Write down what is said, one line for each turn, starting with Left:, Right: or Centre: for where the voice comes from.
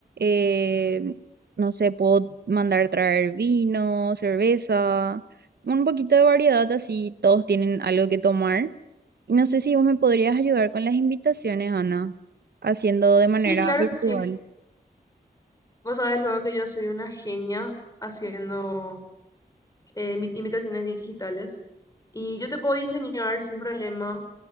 Right: em, no sé, puedo mandar traer vino, cerveza, un poquito de variedad así todos tienen algo que tomar. Y no sé si vos me podrías ayudar con las invitaciones, Ana, haciendo de manera
Left: Sí, claro
Right: virtual.
Left: que sí. Vos sabés luego que yo soy una genia haciendo eh, imi- invitaciones digitales y yo te puedo diseñar sin problema